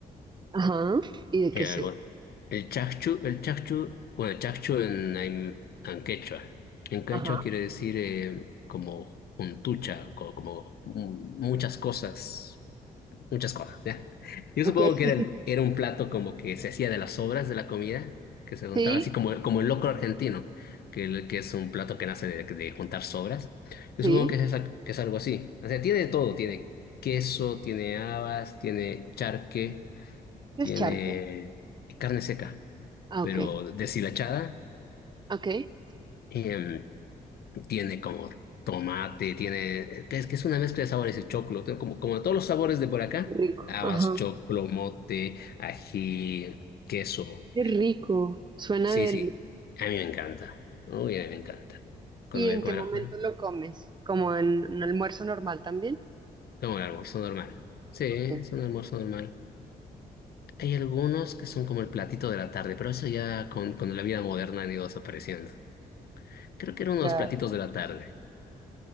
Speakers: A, on the right (about 25°); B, on the left (about 65°).
A: Ajá, ¿Y de
B: El,
A: qué se?
B: algo- el chakchu, el chakchu, bueno, chakchu en, en, en quechua. En quechua
A: ajá,
B: quiere decir eh, como juntucha, co- como, mm, muchas cosas muchas cosas, ¿ya? Yo
A: ok.
B: supongo
A: <laughs>
B: que era, el- era un plato como que se hacía de las sobras de la comida, que se juntaba
A: Sí,
B: así como, como el locro argentino, que, el- que es un plato que nace de, de juntar sobras. Yo
A: sí,
B: supongo que es, esa- que es algo así. O sea, tiene de todo, tiene queso, tiene habas, tiene charque,
A: ¿Qué
B: tiene
A: es charque?
B: carne seca,
A: ah,
B: pero
A: ok,
B: deshilachada.
A: ok. Qué
B: em, tiene como tomate, tiene, que es que es una mezcla de sabores de choclo, tiene como, como todos los sabores de por acá,
A: rico,
B: habas,
A: ajá,
B: choclo, mote, ají, queso.
A: qué rico, suena
B: Sí,
A: deli.
B: sí, a mí me encanta. Uy, a mí me encanta. Cuando
A: ¿Y
B: voy
A: en
B: a comer
A: qué momento
B: afuera,
A: lo comes? ¿Como en un almuerzo normal también?
B: como el almuerzo normal. Sí, es
A: Ok,
B: un almuerzo normal. Hay algunos que son como el platito de la tarde, pero eso ya con, con la vida moderna han ido desapareciendo. Creo que era uno
A: claro.
B: de los platitos de la tarde.